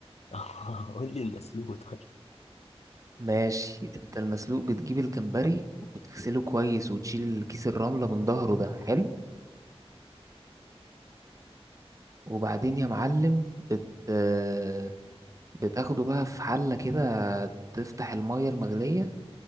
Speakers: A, on the left; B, on the right.
A: <laughs> قول لي المسلوق طيب
B: ماشي انت المسلوق بتجيب الجمبري وتغسله كويس وتشيل كيس الرملة من ظهره ده حلو وبعدين يا معلم بت... آه، بتاخده بقى في حلة كده تفتح المية المغلية